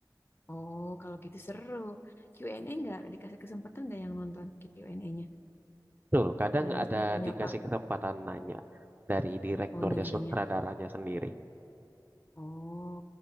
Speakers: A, on the left (about 30°); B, on the right (about 25°).
A: oh kalau gitu seru. Q&A nggak dikasih kesempatan nggak yang nonton Q&A-nya?
B: Betul, kadang
A: Eh,
B: ada
A: nyapa-nyapa.
B: dikasih kesempatan nanya dari direkturnya,
A: Oh nanya-nanya.
B: sutradaranya sendiri.
A: Oh